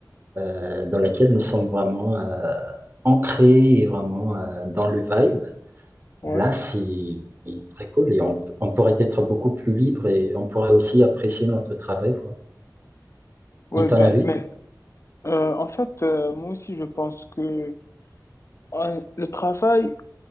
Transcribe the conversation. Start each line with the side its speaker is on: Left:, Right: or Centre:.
Right: euh, dans lequel nous sommes vraiment euh, ancrés et vraiment euh, dans le vibe,
Left: ouais.
Right: là, c'est très cool et on, p- on pourrait être beaucoup plus libre et on pourrait aussi apprécier notre travail, quoi.
Left: Ouais,
Right: Et ton
Left: ben,
Right: avis?
Left: mais Euh, en fait, euh, moi aussi, je pense que euh, le travail